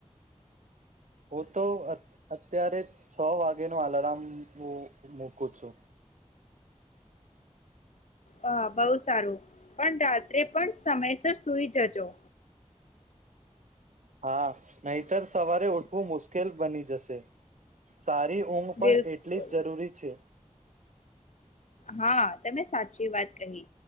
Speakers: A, on the right; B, on the left.
A: હું તો અ અત્યારે છ વાગેનો આલાર્મ હું મૂકું છું.
B: હા બહુ સારું, પણ રાત્રે પણ સમયસર સુઈ જજો.
A: હા નહીંતર સવારે ઉઠવું મુશ્કેલ બની જશે. સારી ઊંઘ પણ
B: બિલકુલ
A: એટલી જ જરૂરી છે.
B: હા તમે સાચી વાત કહી,